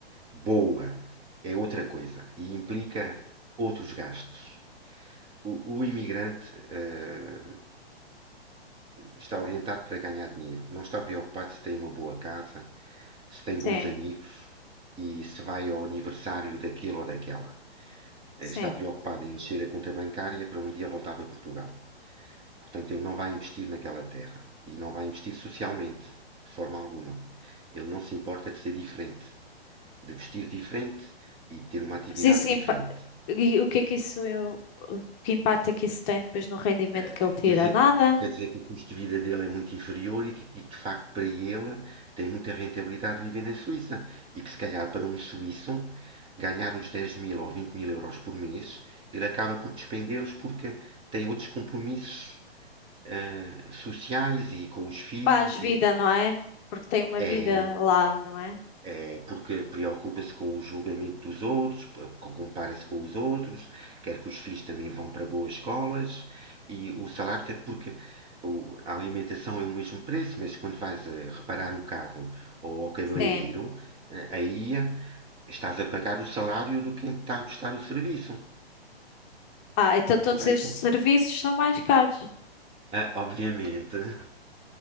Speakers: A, on the right; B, on the left.
A: boa, é outra coisa. E implica outros gastos. O, o imigrante eh, está orientado para ganhar dinheiro. Não está preocupado se tem uma boa casa, se tem
B: sim,
A: bons amigos e se vai ao aniversário daquele ou daquela. Eh,
B: sim.
A: Está preocupado em encher a conta bancária para um dia voltar para Portugal. Portanto, ele não vai investir naquela terra e não vai investir socialmente, de forma alguma. Ele não se importa de ser diferente, de vestir diferente e de ter uma atividade
B: Mas isso,
A: diferente.
B: impa- e o que é que isso, o que impacto é que isso tem depois no rendimento
A: eh,
B: que
A: eh,
B: ele tira?
A: quer dizer
B: Nada?
A: que, quer dizer que o custo de vida dele é muito inferior e que, e que, de facto para ele tem muita rentabilidade viver na Suíça. E que se calhar para um suíço ganhar os dez mil ou vinte mil euros por mês, ele acaba por despendê-los porque tem outros compromissos eh, sociais e com os filhos
B: Faz vida,
A: e
B: não é? Porque tem uma
A: é,
B: vida lá, não é?
A: eh, porque preocupa-se com o julgamento dos outros, compara-se com os outros, quer que os filhos também vão para boas escolas e o salário até porque o- a alimentação é o mesmo preço, mas quando vais a reparar o carro ou ao cabeleireiro,
B: Sim.
A: eh, aí estás a pagar o salário do quem está a prestar o serviço,
B: Ah, então todos
A: correto?
B: estes serviços são mais caros.
A: Ah, obviamente,